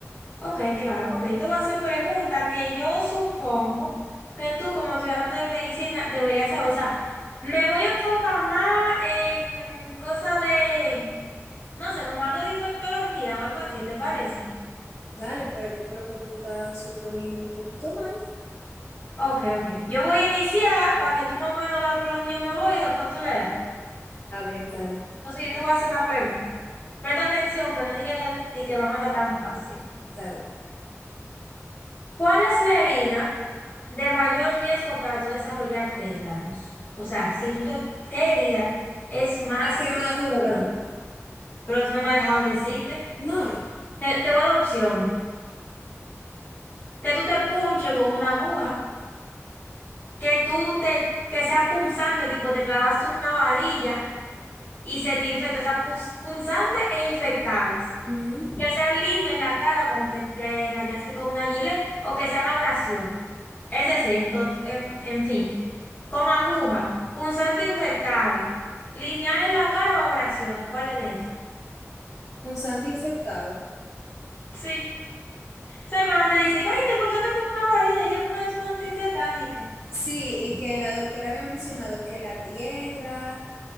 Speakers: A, on the left; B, on the left.
A: Ok, claro, ok. Te voy a hacer preguntas que yo supongo que tú como estudiante de medicina deberías saber. O sea, me voy a enfocar más en cosas de, no sé, como algo de infectología o algo así, ¿te parece?
B: Dale, pero yo creo que tú estás suponiendo un poquito mal.
A: Ok, ok. Yo voy a iniciar para que tú más o menos veas por dónde yo me voy y después tú le das.
B: Está bien, dale,
A: Entonces yo te voy a hacer una pregunta. Presta atención, que no diga que, di que van a estar tan fácil.
B: está bien.
A: ¿Cuál es la herida de mayor riesgo para tú desarrollar tétanos? O sea, si tú te, ¿qué herida es más?
B: La quemadura,
A: Ok. Pero tú no me has dejado decirte.
B: no es.
A: Te, te voy a dar opciones. Que tú te punches con una aguja, que tú te, que sea punzante, tipo te clavaste una varilla y se te infecta, o sea, pus- punzante e infectadas.
B: Ujú,
A: Que sean líneas en la cara, como que te rayaste con una gilet, o que sean abrasiones. Es decir, en, to- en, en fin, con aguja, punzante infectada, lineal en la cara o abrasiones, ¿cuál es de esas?
B: punzante infectada.
A: Sí. ¿Sabes cuando te dice que ay, te cortaste con una varilla, hay que ponerte una antitetánica?
B: Sí, y que la doctora había mencionado que la tierra,